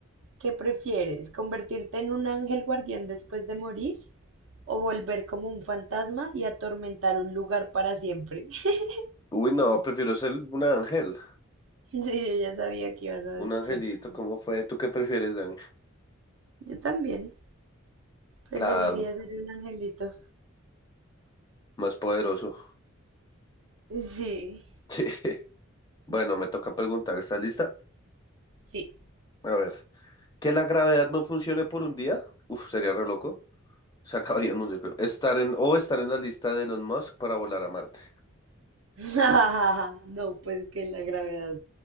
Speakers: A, on the right (about 65°); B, on the left (about 20°).
A: ¿qué prefieres? ¿Convertirte en un ángel guardián después de morir? ¿O volver como un fantasma y atormentar un lugar para siempre? <laughs>
B: Uy, no, prefiero ser un ángel.
A: Sí, yo ya sabía que ibas a
B: Un angelito,
A: responder.
B: ¿cómo fue? ¿Tú qué prefieres, Dani?
A: Yo también preferiría
B: Claro,
A: ser un angelito.
B: más poderoso.
A: Sí,
B: <laughs> Bueno, me toca preguntar, ¿estás lista?
A: sí.
B: A ver, que la gravedad no funcione por un día, uf, sería re loco, se <laughs> acabaría el mundo, yo creo. Estar en, o estar en la lista de Elon Musk para volar a Marte.
A: <laughs> No, pues que la gravedad.